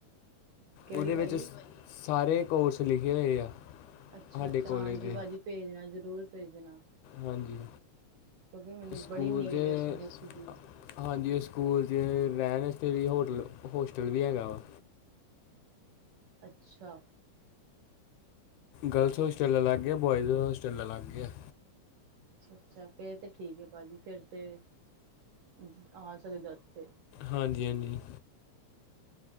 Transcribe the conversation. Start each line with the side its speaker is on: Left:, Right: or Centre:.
Right: ਕਿਹੜੀ
Left: ਉਹਦੇ
Right: ਭਾਅ
Left: ਵਿੱਚ
Right: ਜੀ
Left: ਸ ਸਾਰੇ ਕੋਰਸ ਲਿਖੇ ਹੋਏ ਆ।
Right: ਅੱਛਾ-ਅੱਛਾ,
Left: ਸਾਡੇ
Right: ਹਾਂਜੀ
Left: ਕੋਲਜ ਦੇ
Right: ਭਾਜੀ, ਭੇਜਣਾ ਜ਼ਰੂਰ ਭੇਜਣਾ।
Left: ਹਾਂਜੀ,
Right: ਕਿਉਂਕਿ ਮੈਨੂੰ
Left: ਸਕੂਲ
Right: ਬੜੀ ਨੀਡ
Left: ਚ
Right: ਹੈ ਉਸ ਬੁੱਕ ਦੀ
Left: ਹਾਂਜੀ, ਸਕੂਲ ਚ ਰਹਿਣ ਵਾਸਤੇ ਵੀ, ਹੋਟਲ, ਹੋਸਟਲ ਵੀ ਹੈਗਾ ਵਾ।
Right: ਅੱਛਾ।
Left: ਗਰਲਸ ਹੋਸਟਲ ਅਲਗ ਹੈ, ਬੋਆਏਜ਼ ਹੋਸਟਲ ਅਲਗ ਹੈ।
Right: ਅੱਛਾ-ਅੱਛਾ ਫਿਰ ਤਾਂ ਠੀਕ ਹੈ। ਭਾਜੀ, ਫਿਰ ਤਾਂ ਆ ਸਕਦਾ ਉੱਥੇ।
Left: ਹਾਂਜੀ-ਹਾਂਜੀ।